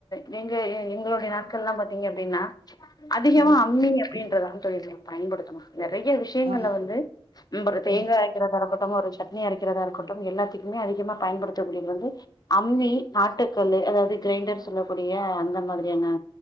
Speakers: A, on the left; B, on the right.
A: நீங்க எ எங்களோட நாட்கள்லா பாத்தீங்க அப்டின்னா சொ அதிகமா
B: உம்
A: அம்மிங்க அப்டின்றதா தோழி பயன்படுத்தணு நெறைய விஷயங்கள்ல
B: ஆமா
A: வந்து ந தேங்காயக்கிற
B: உம்
A: <unintelligible> நம்ம ஒரு சட்னி அரைக்கிறதா இருக்கட்டும் எல்லாத்துக்குமே அதிகமா பயன்படுத்தக்கூடியது வந்து அம்மி ஆட்டுக்கல்லு அதாவது க்ரைண்டர் சொல்லக்கூடிய அந்த மாரியான